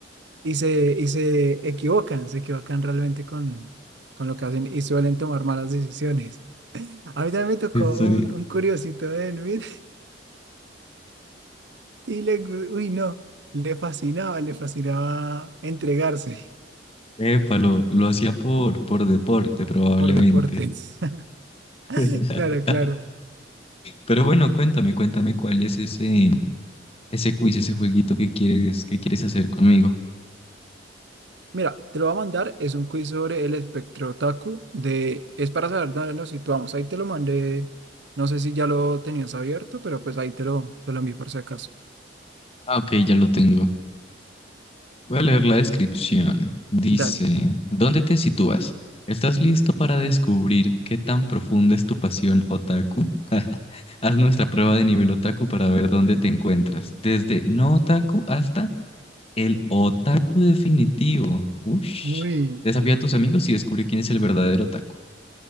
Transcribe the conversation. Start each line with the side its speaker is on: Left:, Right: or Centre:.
Right: y se, y se equivocan, se equivocan realmente con, con lo que hacen y suelen tomar malas decisiones. A mí también me tocó
Left: estoy...
Right: un, un curiosito en mid <laughs> y le, gu- uy, no, le fascinaba, le fascinaba entregarse
Left: Epa, lo, lo hacía por, por deporte probablemente.
Right: por deportes. <laughs>
Left: <laughs>
Right: Claro, claro.
Left: Pero bueno, cuéntame, cuéntame cuál es ese, ese quiz, ese jueguito que quieres, que quieres hacer conmigo.
Right: Mira, te lo voy a mandar, es un quiz sobre el espectro otaku de, es para saber dónde nos situamos. Ahí te lo mandé, no sé si ya lo tenías abierto, pero pues ahí te lo, te lo envié por si acaso.
Left: Ah, ok, ya lo tengo. Voy a leer la descripción. Dice,
Right: Dale.
Left: ¿dónde te sitúas? ¿Estás listo para descubrir qué tan profunda es tu pasión otaku? <laughs> Haz nuestra prueba de nivel otaku para ver dónde te encuentras, desde no otaku hasta el otaku definitivo. Ush.
Right: Uy,
Left: Desafía a tus amigos y descubre quién es el verdadero otaku.